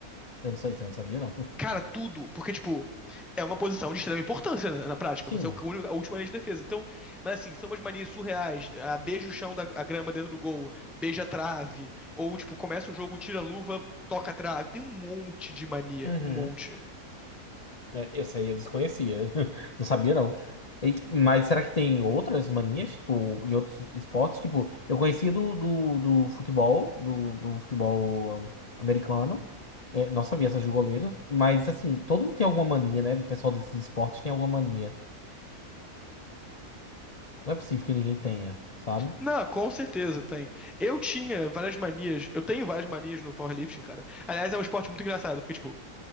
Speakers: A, on the left; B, in the centre.
A: Eu não sei, se eu não sabia, não.
B: Cara, tudo, porque, tipo, é uma posição de extrema importância na, na prática.
A: Sim.
B: Você é o único- a última linha de defesa. Então, mas assim, são umas manias surreais. Ah, beija o chão da a grama dentro do gol, beija a trave, ou, tipo, começa o jogo, tira a luva, toca a trave. Tem um monte de mania,
A: Uhum.
B: um monte.
A: É, Essa aí eu desconhecia. <laughs> Não sabia, não. E- mas será que tem outras manias, tipo, em outros esportes? Tipo, eu conhecia do, do, do futebol, do, do futebol um, americano. É, não sabia essa de goleiro. Mas, assim, todo mundo tem alguma mania, né? O pessoal desses esportes tem alguma mania. Não é possível que ninguém tenha, sabe?
B: Não, com certeza tem. Eu tinha várias manias. Eu tenho várias manias no powerlifting, cara. Aliás, é um esporte muito engraçado, porque, tipo,